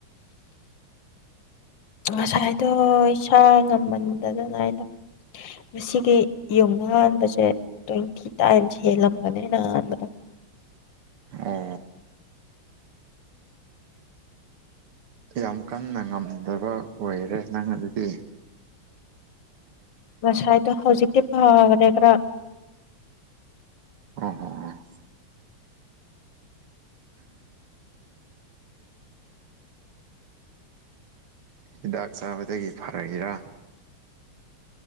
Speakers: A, on the left; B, on the right.
A: ꯉꯁꯥꯏꯗꯣ ꯏꯁꯥ ꯉꯝꯃꯟꯗꯗꯅ ꯑꯩꯗꯣ ꯉꯁꯤꯒꯤ ꯌꯨꯝ ꯑꯥꯟꯕꯁꯦ ꯇ꯭ꯋꯦꯟꯇꯤ ꯇꯥꯏꯝꯁ ꯍꯦꯜꯂꯝꯒꯅꯦꯅ ꯑꯩꯅꯥ ꯍꯥꯟꯕꯗꯣ
B: ꯑꯣ ꯌꯥꯝ ꯀꯟꯅ ꯉꯝꯗꯕ ꯑꯣꯏꯔꯦ ꯅꯪ ꯑꯗꯨꯗꯤ
A: ꯉꯁꯥꯏꯗꯣ ꯍꯧꯖꯤꯛꯇꯤ ꯐꯈ꯭ꯔꯦ ꯈꯔ
B: ꯍꯣꯏ- ꯍꯣꯏ- ꯍꯣꯏ ꯍꯤꯗꯥꯛ ꯆꯥꯕꯗꯒꯤ ꯐꯔꯛꯏꯔꯥ